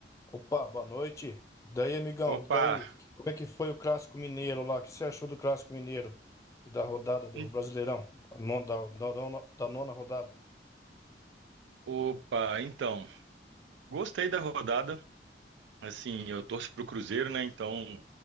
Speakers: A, on the left; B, on the right.
A: Opa, boa noite. E daí, amigão?
B: Opa,
A: E daí? Que- Como é que foi o Clássico Mineiro lá? O que você achou do Clássico Mineiro e da rodada do
B: en-
A: Brasileirão? Da nona, da, da nona da nona rodada.
B: opa, então, gostei da rodada. Assim, eu torço pro Cruzeiro, né? Então,